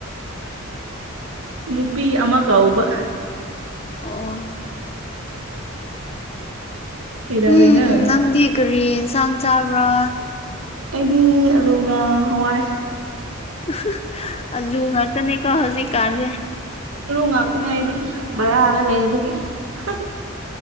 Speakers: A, on the right; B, on the left.
A: ꯅꯨꯄꯤ ꯑꯃ ꯀꯧꯕ
B: ꯑꯣ
A: ꯀꯩꯗꯧꯔꯤꯅꯣ
B: ꯎꯝ ꯅꯪꯗꯤ ꯀꯔꯤ ꯏꯟꯁꯥꯡ ꯆꯕ꯭ꯔꯥ
A: ꯑꯩꯗꯤ ꯑꯂꯨꯒ ꯍꯋꯥꯏ
B: ꯍꯥ ꯍꯥ ꯑꯂꯨ ꯉꯥꯛꯇꯅꯦꯀꯣ ꯍꯧꯖꯤꯛꯀꯥꯟꯁꯦ
A: ꯑꯂꯨ ꯉꯥꯛꯇꯅꯤ ꯑꯩꯗꯤ ꯕꯥꯔꯥꯗ ꯂꯩꯕꯒꯤ ꯍꯤ ꯍꯤ